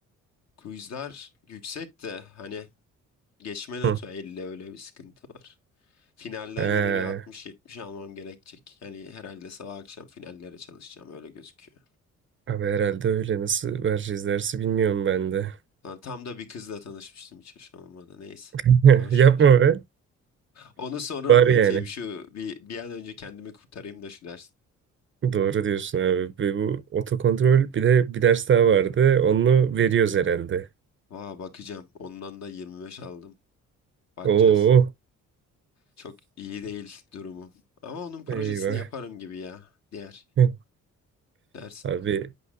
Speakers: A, on the left; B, on the right.
A: Quizler yüksek de hani geçme notu
B: Hı.
A: 50 öyle bir sıkıntı var. Finalden
B: He,
A: yine bir 60-70 almam gerekecek. Yani herhalde sabah akşam finallere çalışacağım öyle gözüküyor.
B: abi herhalde öyle. Nasıl vereceğiz dersi bilmiyorum ben de.
A: Lan tam da bir kızla tanışmıştım hiç hoş olmadı. Neyse.
B: <laughs>
A: Boş
B: Yapma
A: ver.
B: be.
A: Onu sonra
B: Var
A: anlatayım.
B: yani.
A: Şu bir, bir an önce kendimi kurtarayım da şu ders.
B: Doğru diyorsun abi. Ve bu otokontrol bir de bir ders daha vardı. Onu veriyoruz herhalde.
A: Vaa bakacağım. Ondan da 25 aldım. Bakacağız.
B: Oo.
A: Çok iyi değil durumum. Ama onun projesini
B: Eyvah.
A: yaparım gibi ya. Diğer
B: <laughs>
A: dersin.
B: Abi